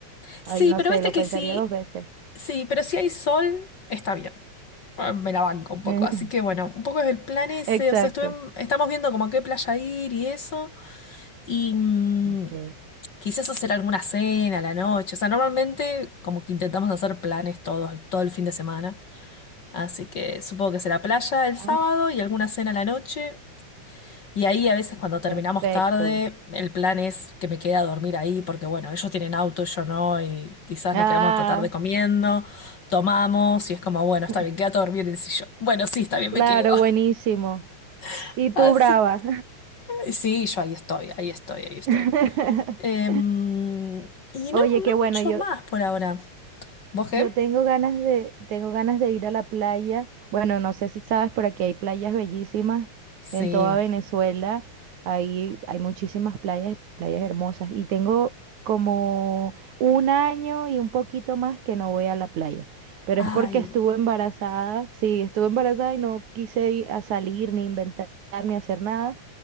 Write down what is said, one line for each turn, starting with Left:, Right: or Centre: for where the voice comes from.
Left: Sí,
Right: Ay, no
Left: pero
Right: sé,
Left: viste
Right: lo
Left: que
Right: pensaría
Left: sí,
Right: dos veces.
Left: sí, pero si hay sol, está bien. Bueno, Me la banco un poco,
Right: <laughs>
Left: así que bueno, un poco es el plan ese,
Right: Exacto.
Left: o sea, estuve- estamos viendo como a qué playa ir y eso, y mm,
Right: Ok.
Left: quizás hacer alguna cena a la noche, o sea, normalmente como que intentamos hacer planes todos, todo el fin de semana, así que supongo que será playa el
Right: Ay,
Left: sábado y alguna cena a la noche, y ahí a veces cuando terminamos
Right: perfecto.
Left: tarde, el plan es que me quede a dormir ahí, porque bueno, ellos tienen auto, yo no, y quizás
Right: Ah,
Left: nos quedamos hasta tarde comiendo, tomamos, y es como, bueno, está
Right: <laughs>
Left: bien, quédate a dormir en el sillón. Bueno, sí, está bien,
Right: claro,
Left: me quedo.
Right: buenísimo.
Left: <laughs>
Right: Y tú,
Left: Así
Right: brava.
Left: que sí, yo ahí estoy, ahí estoy, ahí estoy.
Right: <laughs>
Left: Em, y
Right: Oye,
Left: no,
Right: qué
Left: no
Right: bueno,
Left: mucho
Right: yo,
Left: más por ahora. ¿Vos qué?
Right: Yo tengo ganas de, tengo ganas de ir a la playa. Bueno, no sé si sabes, pero aquí hay playas bellísimas
Left: Sí.
Right: en toda Venezuela. Hay, hay muchísimas playas, playas hermosas. Y tengo como un año y un poquito más que no voy a la playa. Pero
Left: Ay,
Right: es porque estuve embarazada. Sí, estuve embarazada y no quise ir a salir, ni inventar, ni hacer nada.